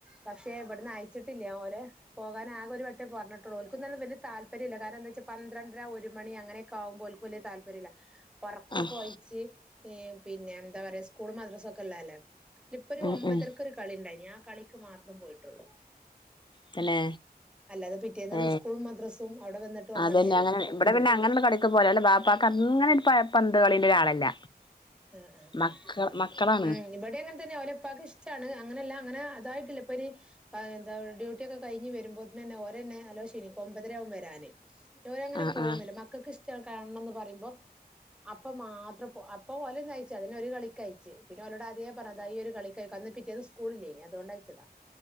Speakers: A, in the centre; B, on the left.
A: പക്ഷെ ഇവിട്ന്ന് അയച്ചിട്ടില്ല ഓന് പോകാനാകെ ഒരു വട്ടം പറഞ്ഞട്ടുള്ളൂ ഓനൊക്കൊന്നും വല്യയ താല്പര്യല്ല കാരണംന്താ വെച്ചാ പന്ത്രണ്ടര ഒരുമണി അങ്ങനൊക്ക ആവുമ്പോ ഓൽക്ക് വല്യ താല്പര്യമില്ല ഒറക്കൊക്കെ
B: ആഹ്
A: ഒഴിച്ച് പിന്നെ എന്താ പറയാ സ് - മദ്രസൊക്കെല്ലല്ലേ ഇപ്പോരു
B: ഉം
A: ഒമ്പതരക്ക്
B: ഉം
A: ഒരു കളിണ്ട് ണ്ടായിനി ആ കളിക്ക് മാത്രം പോയിട്ടുള്ളൂ
B: തന്നെ
A: അല്ലാതെ പിറ്റേന്ന്
B: ഏ
A: സ്കൂളും മദ്രസും അവിടെ വന്നിട്ട് ഉറങ്ങേണ്ടി
B: അതെന്നെ
A: വരുമല്ലോ
B: അങ്ങനെ ഇവിടെ പിന്നെ അങ്ങനുള്ള കളിക്ക് പോയാലും ബാപ്പ അഗ്ങ്ങനെ ഒരു പ പന്ത് കളിന്റെ ഒരാളല്ല
A: ഹ്‌ഹ്
B: മക്ക മക്കളാണ്
A: ഹ് ഇവിടെ അങ്ങനെ തന്നെ ഓലെപ്പാക്ക് ഇഷ്ടമാണ് അങ്ങനെയല്ല അങ്ങനെ അതായിട്ടില്ല ഇപ്പൊ ഇനി എന്താ ഡ്യൂട്ടിയൊക്കെ കഴിഞ്ഞു വരുമ്പോത്ത്നെന്നെ ഓരേന്നെ നല്ലോം ക്ഷീണിക്കും ഒമ്പതരാവും വരാന് ഓരങ്ങനെ
B: ആഹ്
A: പോവുന്നില്ല
B: ആഹ്
A: മക്കൾക്ക് ഇഷ്‌ റ്റ കാണണംന്ന് പറിയുമ്പോ അപ്പം മാത്രം <unintelligible> ഓലെന്നെ അയച്ചു അതിനൊരു രു കളിക്ക് അയച്ച് പിന്നെ ഓലോട് അതേ പറഞ്ഞ ത ഈ ഒരു കളിക്ക് അയക്കാംന്ന് പിറ്റേന്ന് സ്കൂളില്ലേനി അതുകൊണ്ട അയച്ചതാ